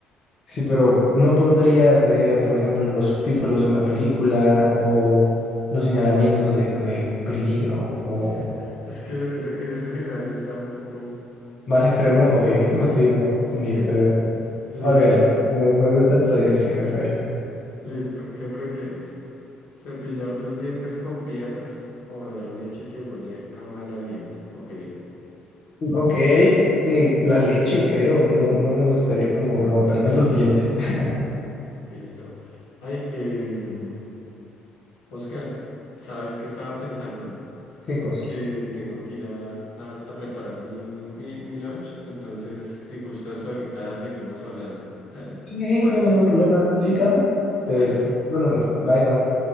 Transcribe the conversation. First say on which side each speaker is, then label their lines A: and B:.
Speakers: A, on the left; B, on the left.
A: Sí, pero no podrías leer, por ejemplo, los subtítulos de una película o los señalamientos de, de peligro
B: <laughs>
A: o
B: O sea, es que ese, ese escenario está un poco,
A: más extremo. Ok, creo
B: sí,
A: que me
B: un
A: estoy yendo
B: poco extremo.
A: muy extremo.
B: Sí.
A: Olvídalo. Me, me gusta tu decisión, está bien.
B: <laughs> Listo, ¿qué prefieres? ¿Cepillar tus dientes con piedras o beber leche que huele a mal aliento? Ok,
A: Ok, eh, la leche, creo. No, no me gustaría como romperme los dientes. <laughs>
B: <laughs> listo. Ay, em, Oscar, ¿sabes qué estaba pensando?
A: ¿Qué cosa?
B: que tengo que ir a, a- a preparar mi, mi, mi lunch. Entonces, si gustas, ahorita seguimos hablando. Dale,
A: Sí, sí,
B: ¿te
A: sí,
B: parece?
A: no tengo ningún problema. Sí, claro. Te,
B: Dale.
A: bueno, un rato. Bye, Juan.